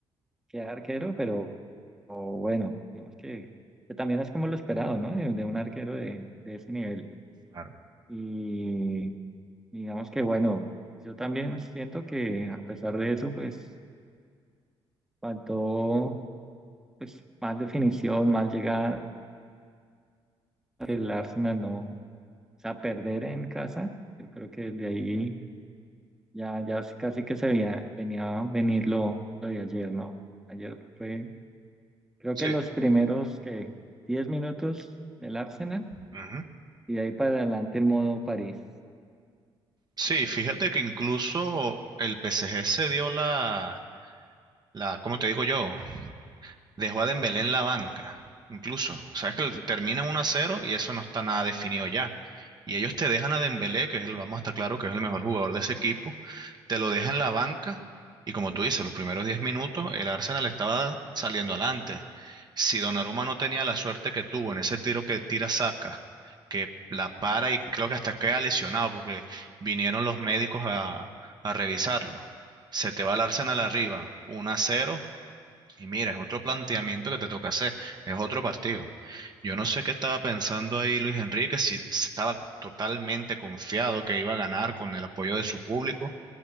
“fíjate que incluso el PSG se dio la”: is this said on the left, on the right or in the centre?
Right